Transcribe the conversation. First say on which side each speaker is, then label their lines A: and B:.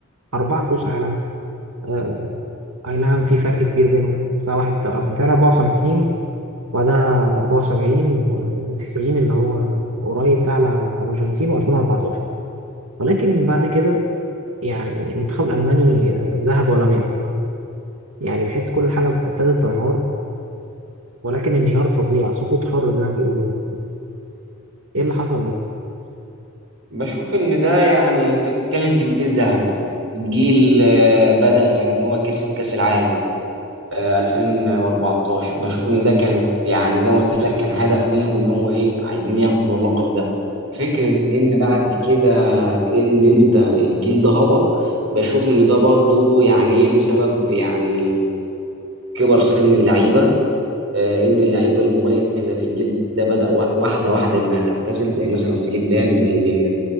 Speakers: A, on the right; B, on the right.
A: أربعة كؤوس عالم آه، أي نعم في فرق كبير بينهم بس واحد بتاع 54 وبعدها 74 و- و90 اللي هو قريب ده على على الأرجنتين و2014 ولكن بعد كده يعني المنتخب الألماني ذهب ولم يعد يعني بحس كل حاجة ابتدت تنهار ولكن انهيار فظيع سقوط حر زي ما بيقولوا كده ايه اللي حصل ليه؟
B: بشوف ان ده يعني انت بتتكلم في جيل ذهبي جيل آه، بدأ في ان هو كسب كأس العالم آه، 2014 بشوف ان ده كان يعني زي ما قلت لك كان هدف ليهم ان هو ايه عايزين ياخدوا اللقب ده فكرة ان بعد كده ان انت الجيل ده هبط بشوف ان ده برضو يعني ايه بسبب يعني كبر سن اللعيبة آه، ان اللعيبة المميزة في الجيل ده بدأ وا- واحدة واحدة انها تعتزل زي مثلا فيليب لام زي